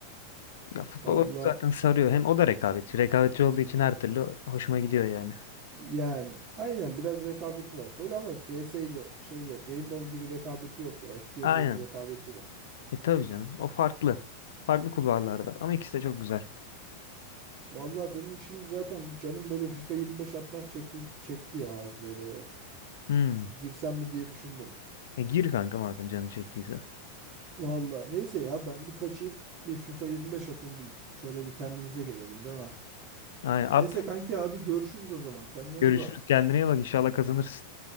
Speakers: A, on the left (about 60°); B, on the right (about 30°).
A: Ya futbol
B: Valla.
A: oyunu zaten sarıyor. Hem o da rekabetçi. Rekabetçi olduğu için her türlü hoşuma gidiyor yani.
B: Yani aynen biraz rekabeti var. Böyle ama CS ile şeyle Rainbow gibi rekabeti yok ya. FPS
A: Aynen.
B: oyunu rekabeti yok.
A: E tabii canım. O farklı. Farklı kulvarlarda. Ama ikisi de çok güzel.
B: Vallahi benim şimdi zaten bir canım böyle FIFA 25 atmak çekti çekti ya az böyle.
A: Hmm.
B: Bir girsem mi diye düşündüm.
A: E gir kanka madem canın çektiyse.
B: Vallahi neyse ya ben bir kaçayım. Bir FIFA 25 atayım bir şöyle bir kendimize gelelim değil mi?
A: Aynen at.
B: Neyse kanki hadi görüşürüz o zaman. Kendine
A: Görüşürüz.
B: iyi bak.
A: Kendine iyi bak. İnşallah kazanırsın.